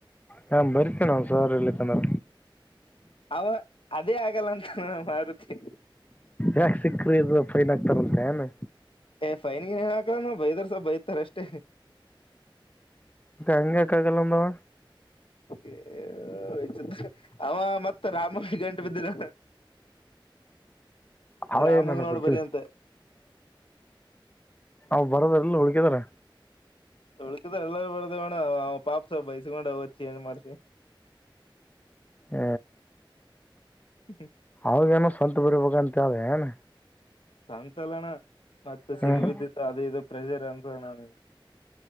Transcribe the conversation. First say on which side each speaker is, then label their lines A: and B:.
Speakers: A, on the left; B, on the left.
A: ಹಾ- ಬರಿತೇ ನಾ ಸಾರ್ ಎಲ್ಲಿ ತಂದ್ರ.
B: ಅವ ಅದೇ ಆಗಲ್ಲ ಅಂತ ನಾನ ಮಾರುತಿ.
A: ಯಾಕ ಸಿಕ್ಕ್ರ- ಇ- ಫೈನ್ ಆಗ್ತಾರಂತೆ ಏನ್.
B: ಏ -ಫೈನ್ನ್ ಏನ್ ಹಾಕದಮ್ಮ ಬೈದರ್ ಸ್ವ ಬೈತಾರೆ ಅಷ್ಟೇ.
A: ಇತ್ತ ಅಂಗಕ್ಕಾಗಲ್ಲಂದಾವ.
B: ಏ -ಇತ ಅವ ಮತ್ತ ರಾಮ ಗಂಟು ಬಿದ್ದಿನ.
A: ಅವ
B: ರಾಮಗ
A: ಏನು ನನಗೆ
B: ನೋಡು
A: ಗೊತ್ತಿದೆ
B: ಬರಿ ಅಂತೆ.
A: ಅವು ಬರದಿಲ್ಎಲ್ಲ ಹುಳ್ಕಿದ <unintelligible>
B: ಉಳ್ಕಿದ ಎಲ್ಲಾರ ಬರ್ದಿವಣ್ಣ ಅವ ಪಾಪಸ ಬೈಸ್ಕೊಂಡಚ್ಚಿ ಏನ್ ಮಾಡ್ಸಿ. ಹ <inaudible>
A: ಹ
B: ಹ್ಮ- ಹ್ಮ್
A: ಅವಾಗೆನೋ ಸ್ವಂತ ಬರ್ಬೇಕ ಅಂತೆ ಏನ್.
B: ಸಂತಲನ ಮತ್ತೆ ಸಿಗಿ
A: ಹ್ಞೂ
B: ಬಿದ್ದಿದ್ದ ಅದೇ ಇ- ಪ್ರೆಜರ್ ಅನುಸ ನದು.